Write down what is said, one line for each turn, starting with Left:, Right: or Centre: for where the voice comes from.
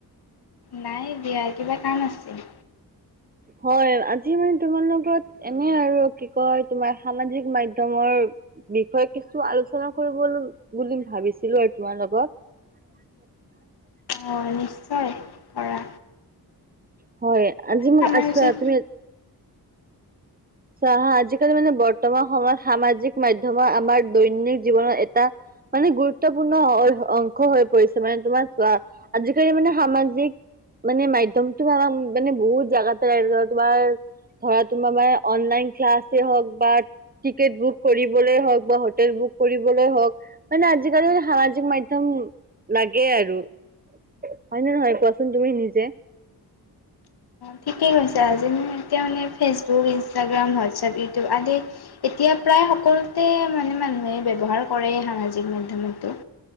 Left: নাই বিয়াৰ কিবা কাম আছিল?
Right: হয় আজি মানে তোমালোকত এনে আৰু কি কয় তোমাৰ সামাজিক মাধ্যমৰ বিষয়ে কিছু আলোচনা কৰিব বুলি ভাবিছিলো আৰু তোমাৰ লগত? <unintelligible>
Left: অঁ নিশ্চয় কৰা
Right: হয় আজি মই
Left: সামাজিক
Right: আছো তুমি চা হা আজিকালি মানে বৰ্তমান সময়ত সামাজিক মাধ্যমত আমাৰ দৈনন্দিন জীৱনৰত এটা মানে গুৰুত্বপূৰ্ণ অংশ হৈ পৰিছে মানে তোমাৰ চোৱা আজিকালি মানে সামাজিক মানে মাধ্যম ধৰা মানে বহুত জোগাতে তোমাৰ ধৰা তোমাৰাৰ অনলাইন ক্লাছে হওক বা টিকেট বুক কৰিবলৈ হওক বা হোটেল বুক কৰিবলৈ হওক মানে আজিকালি সামাজিক মাধ্যম লাগে আৰু। হয় নে নহয় কোৱাচোন তুমি নিজে?
Left: ঠিকেই কৈছা আজি এতিয়া মানে ফেচবুক ইনষ্টাগ্ৰাম হোৱাটছআপ ইউটিউব আদি এতিয়া প্ৰায় সকলোতে মানে মানুহে ব্যৱহাৰ কৰে সামাজিক মাধ্যমতো।